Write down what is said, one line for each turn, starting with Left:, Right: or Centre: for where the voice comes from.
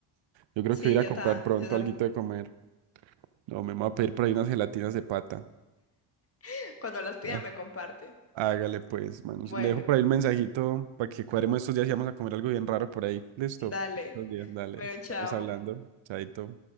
Right: Yo creo
Left: sí,
Right: que voy a ir
Left: yo,
Right: a comprar
Left: ta,
Right: pronto
Left: yo también.
Right: alguito de comer. No, me voy a pedir por ahí unas gelatinas de pata.
Left: <laughs> Cuando las pida
Right: Ah,
Left: me comparte.
Right: Hágale pues, manos.
Left: Bueno,
Right: Le dejo por ahí el mensajito para que cuadremos estos días y vamos a comer algo bien raro por ahí. Listo.
Left: dale.
Right: Estos días, dale.
Left: Bueno, chao.
Right: Estamos hablando. Chaito.